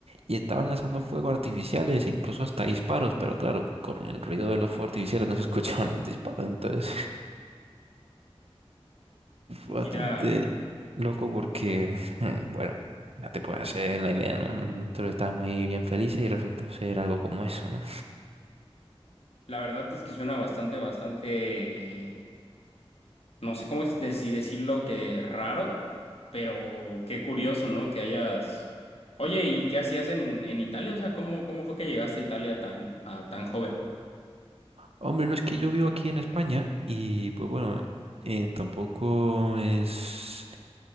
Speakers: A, on the right; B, on the left.
A: y estaban lanzando fuegos artificiales, e incluso hasta disparos, pero claro, con el ruido de los fuegos artificiales no se <laughs> escuchaban los disparos, entonces Fue
B: Ya,
A: bastante loco porque, <laughs> bueno, ya te puedes hacer la idea, ¿no? No- Nosotros estábamos ahí bien felices y resultó ser algo como eso, ¿no?
B: la verdad es que suena bastante, bastante, no sé cómo ex- de- si decirlo, que raro, pero qué curioso, ¿no? Que hayas... Oye, ¿y qué hacías en, en Italia? O sea, ¿cómo, cómo fue que llegaste a Italia tan, a tan joven?
A: Hombre, no es que yo vivo aquí en España y pues bueno, eh, tampoco es,